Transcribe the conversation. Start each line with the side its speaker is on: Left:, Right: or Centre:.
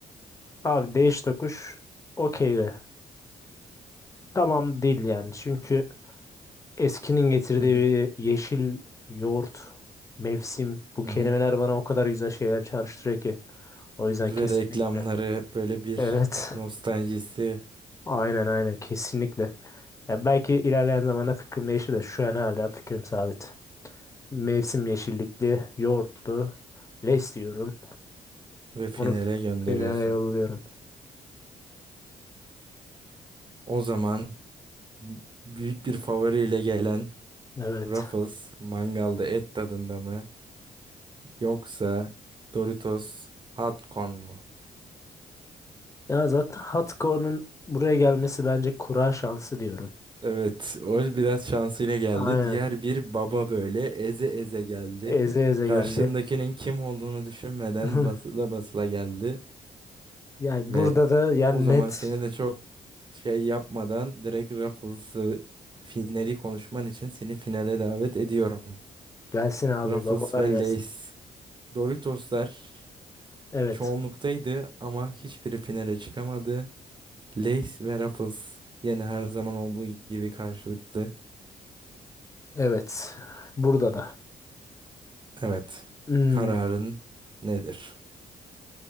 Left: Abi değiş tokuş okey de. Tamam değil yani. Çünkü eskinin getirdiği
Right: Hı hı,
Left: yeşil yoğurt, mevsim bu
Right: hı
Left: kelimeler
Right: hı.
Left: bana o kadar güzel şeyler çağrıştırıyor ki. O yüzden
Right: Ve
Left: kesinlikle.
Right: reklamları böyle bir
Left: Evet.
Right: nostaljisi
Left: Aynen aynen kesinlikle. Ya belki ilerleyen zamanda fikrim değişir de şu an hala fikrim sabit. Mevsim yeşillikli, yoğurtlu, leş diyorum.
Right: ve finale
Left: Onu
Right: gönderiyorsun.
Left: finale yolluyorum.
Right: O zaman büyük bir favoriyle gelen
Left: Evet.
Right: Ruffles mangalda et tadında mı yoksa Doritos hot corn mu?
Left: Ya zaten Hatkor'un buraya gelmesi bence kura şansı diyorum.
Right: Evet, o biraz şansıyla geldi.
Left: Aynen.
Right: Diğer bir baba böyle eze eze geldi.
Left: Eze eze
Right: Karşındakinin
Left: geldi.
Right: kim olduğunu düşünmeden
Left: <laughs>
Right: basıla basıla geldi
Left: Yani
Right: ve
Left: burada da yani
Right: o zaman
Left: net
Right: seni de çok şey yapmadan direkt Ruffles'ı finali konuşman için seni finale davet ediyorum.
Left: gelsin abi
Right: Ruffles
Left: babalar
Right: ve
Left: gelsin.
Right: Lay's. Doritoslar
Left: Evet.
Right: Çoğunluktaydı ama hiçbiri finale çıkamadı. Lace ve Ruffles yine her zaman olduğu gibi karşılıklı.
Left: Evet. Burada da.
Right: Evet.
Left: Hmm.
Right: Kararın nedir?